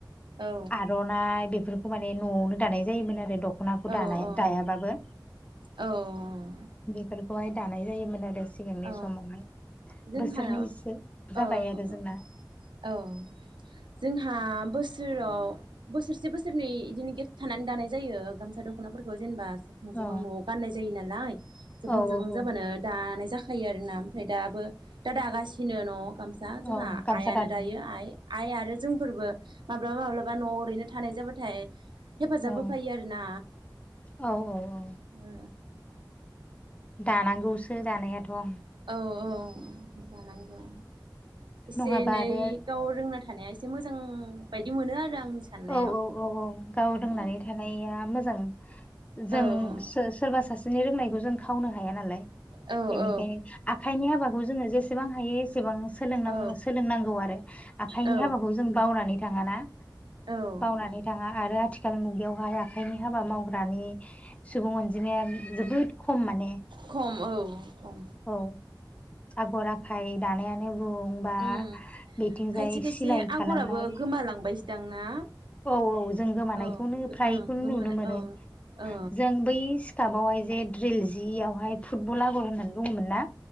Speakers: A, on the right; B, on the left.
A: औ
B: आर' नाय बेफोरखौ माने न'आवनो दानाय जायोमोन आरो। दख'नाखौ
A: औ
B: दानाय दायाबाबो
A: औ औ
B: बेफोरखौहाय दानाय जायोमोन आरो। सिगांनि
A: औ
B: समावहाय
A: जोंहानाव
B: बोसोरनैसो जाबाय
A: औ
B: आरो जोंना।
A: औ औ जोंहा बोसोराव बोसोरसे बोसोरनै बिदिनो गेब थानानै दानाय जायो गामसा दख'नाफोरखौ जेनेबा जोबहां
B: औ
A: जोबहां न'आव गाननाय जायो नालाय जोबहां
B: औ
A: जोबहां
B: औ
A: जाबानो दानाय जाखा ाखायो आरोना ओमफ्राय दाबो दा दागासिनो न' गामसा जोंहा
B: औ गामसा
A: आइयानो
B: दादों
A: दायो आइ। आइ आरो जोंफोरबो माब्लाबा माब्लाबा न'आव ओरैनो थानाय जाबाथाय हेफाजाब
B: औ
A: होफायो आर ना
B: औ औ औ
A: ओ
B: दानांगौसो दानायाथ'।
A: औ औ जानांगौ एसे
B: नङाबा
A: एनै
B: आरो
A: गाव रोंना थानाया एसे मोजां बायदि मोनो आरो आं साननायाव
B: औ औ औ औ गाव दोंनानै
A: उम
B: थानाया मोजां। जों
A: औ
B: सोरबा सासेनि रोंनायखौ जों खावनो हाया नालाय।
A: औ
B: बेनिखायनो
A: औ
B: आखाइनि हाबाखौ जोङो जेसेबां हायो एसेबां सों
A: औ
B: सोलोंनांगौ आरो। आखाइनि
A: औ
B: हाबाखौ जों बावनानै थाङाना?
A: औ
B: बावनानै थाङा आरो आथिखाल मुगायावहाय आखाइनि हाबा मावग्रानि सुबुं अनजिमाया जोबोद खम माने।
A: खम औ खम
B: औ आगर आखाय दानायानो बुं बा
A: उम
B: बिथिंजाय
A: खायसे खायसे
B: सिलाय
A: आगराबो
B: खालामनाय
A: गोमालांबायसोदां ना?
B: औ औ जों गोमानायखौनो
A: औ
B: फ्रायखौनो
A: ओं गोमानो
B: नुनो मोनो।
A: औ औ
B: जों बै सिख्लााबावहाय जे द्रिल जिवहाय फुटबल आगर होननानै बुङोमोन ना।